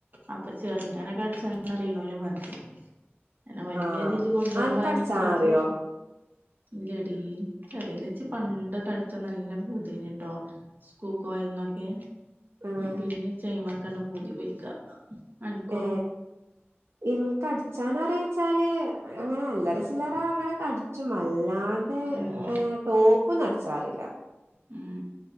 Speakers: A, on the right; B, on the right.
A: അപ്പൊ ചെറുങ്ങാനൊക്കെ അടിച്ച തെറീണല മതി അനെ വലിയ
B: ആഹ്
A: രീതിൽ കൊണ്ടുപോകുമ്പോ
B: അനക്ക്
A: അതിനനുസരിച്ച്
B: അടിച്ചാൻ അറിയോ
A: ഇല്ലടി നിക്കാറില്ല ഇച്ചി പണ്ട തടിച്ചാ നല്ല പതിഞ്ഞിട്ടോ സ്കൂക്കോ എന്നൊക്കെ
B: ഏഹ്
A: പിന്നെ ചൈമ കനഭൂതി പോയിക്ക അൻക്കോ
B: ഏ ഇൻക്ക് അ ടിച്ചൻ അറീയോച്ചാല് അങ്ങനെ അല്ലറ ചിലറ അങ്ങനെക്കെ അടിച്ചും അല്ലാതെ
A: ഉം
B: ടോപ്പും അടിച്ചാ അറിയില്ല
A: ഉം